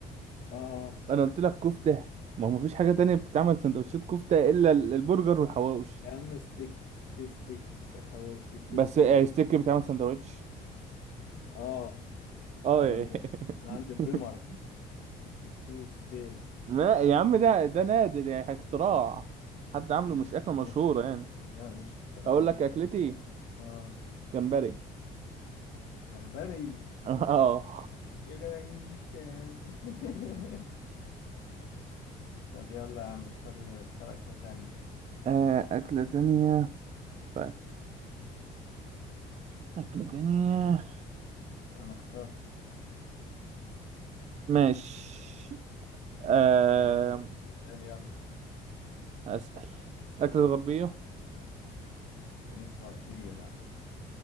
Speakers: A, on the left; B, on the right.
A: اه
B: انا قلت لك كفته ما هو مفيش حاجه تانية بتتعمل سندوتشات كفته الا ال- البرجر والحواوش
A: يا عم ستيك في ستيك وفي حواوشي وفي
B: بس
A: فطير
B: آه، ستيك بيتعمل سندوتش
A: اه
B: اه
A: من
B: إيه.
A: عند من عند بريمر
B: <laughs>
A: ستيك ستي ستي
B: ما يا عم ده ده نادر يعني اختراع حد عامله
A: مش
B: مش اكله مشهوره
A: مش
B: يعني
A: لا مش اختراع
B: اقول
A: يا باشا
B: لك اكلتي
A: اه
B: جمبري
A: جمبري
B: <laughs> اه
A: يا جدع انت <laughs> طب يلا يا عم اختار اختار أكلة تانية
B: آه، اكله تانية طيب اكله تانية
A: أنا اخترت
B: ماشي أه...
A: امم اسأل يلا
B: هسأل أكلة غربية؟
A: مش غربية لا